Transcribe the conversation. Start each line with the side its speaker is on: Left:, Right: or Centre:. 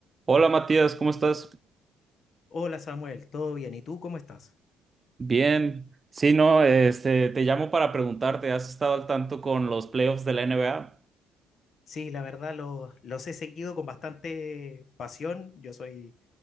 Right: Hola Matías, ¿cómo estás?
Left: Hola Samuel, ¿todo bien? ¿Y tú cómo estás?
Right: Bien. Sí, no, este, te llamo para preguntarte, ¿has estado al tanto con los playoffs de la NBA?
Left: Sí, la verdad los, los he seguido con bastante pasión. Yo soy